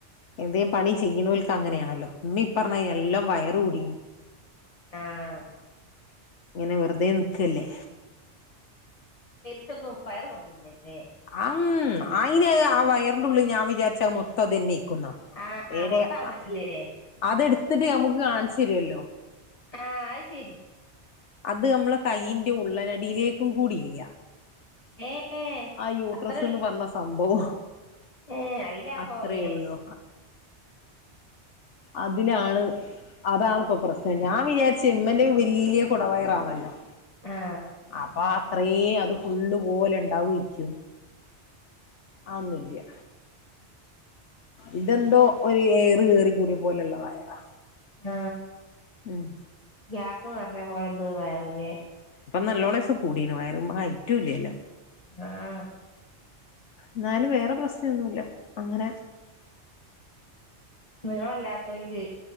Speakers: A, on the left; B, on the left.
A: എന്തേലും പണി ചെയ്യണർക്ക് അങ്ങനെയാണല്ലോ ഉമ്മി ഈ പറഞ്ഞ എല്ലാം വയറ് കുടി
B: ആഹ്
A: ഇങ്ങനെ വെറുതെ നിക്ക് അല്ലേ
B: <unintelligible> വയറു കുറഞ്ഞില്ലല്ലേ
A: ആം ആയിനെയാ ആ വയറിന്റുള്ളി ഞാൻ വിചാരിച്ച മൊത്തം അതന്നെ ക്കുന്ന
B: ആ
A: ഏടെ
B: മൊത്താന്നല്ലേ
A: അ അതെടു ത്തിട്ട് നമുക്ക് കാണിച്ച് തരുവല്ലോ
B: ആഹ് അത് ശരി
A: അത് നമ്മളെ കൈയിന്റെ ഉള്ളനടിയിലേക്കും കൂടി ഇല്ല
B: എ ഏ
A: ആ യൂട്രസ്
B: അത്ര
A: എന്ന് പറഞ്ഞ സംഭവം
B: ഏ അയിലാ
A: അത്രേ
B: പോലെ
A: ഉള്ളൂ അതിലാണ് അതാണിപ്പോ പ്രശ്നം ഞാൻ വിചാരിച്ച് മ്മന്റെ വലിയ കുടവയറാണല്ലോ
B: ആ
A: അപ്പൊ റേ അത് ഫുള്ള് പോലെ ഉണ്ടാവുമായിരിക്കും ആന്നില്ലേ ഇതെന്തോ ഒരു ഏയറ് കയറി കൂടിയ പോലെയുള്ള വയറാ
B: ആ
A: ഉം
B: ഗ്യാസ് നർഞ്ഞ പോൽ വയറിലേ
A: നല്ലോണ്ണിസം കൂടീന്ന് വയറ് ഹൈറ്റും ഇല്ല്യല്ലോ
B: ആഹ്
A: ന്നാലും വേറെ പ്രസ്നന്നുല്ല. അങ്ങനെ
B: നീളം ഇല്ലാത്തോൽക്ക്